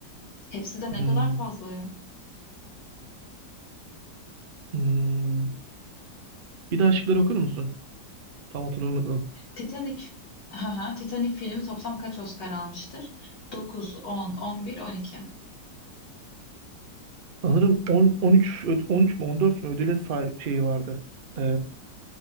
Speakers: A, on the left; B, on the right.
A: Hepsi de ne
B: Hmm,
A: kadar fazla ya.
B: hmm. Bir daha şıkları okur musun? Tam hatırlamadım.
A: Titanic, ha Titanic filmi toplam kaç Oscar almıştır? Dokuz, on, on bir, on iki.
B: Sanırım 10, 13, öd- 13 mü 14 mü ödüle sahip şeyi vardı. Ee,